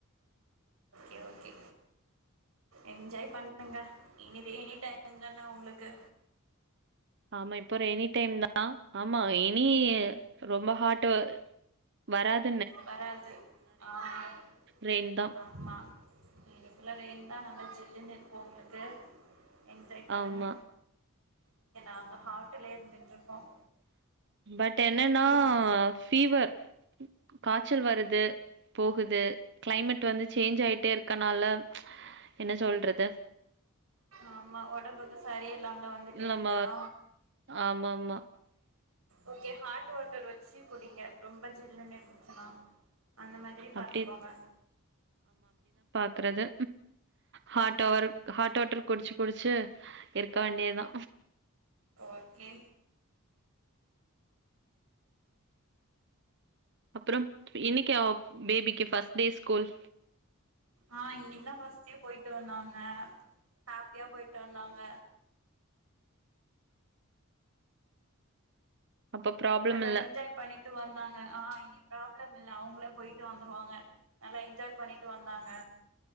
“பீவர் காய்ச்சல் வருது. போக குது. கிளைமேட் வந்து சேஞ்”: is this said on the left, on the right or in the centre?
Right